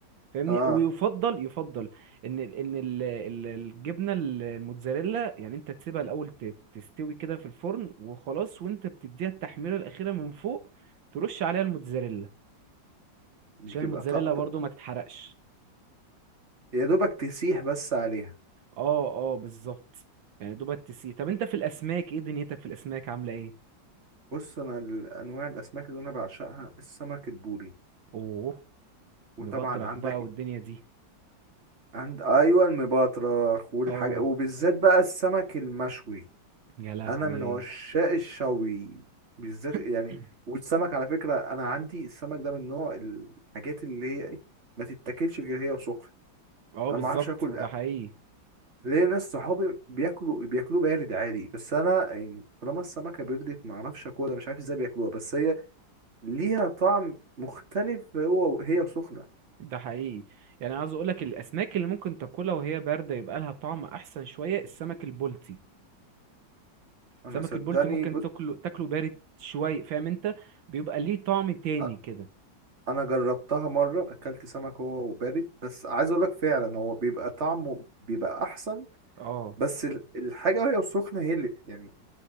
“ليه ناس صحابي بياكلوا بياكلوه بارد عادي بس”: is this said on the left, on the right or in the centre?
Right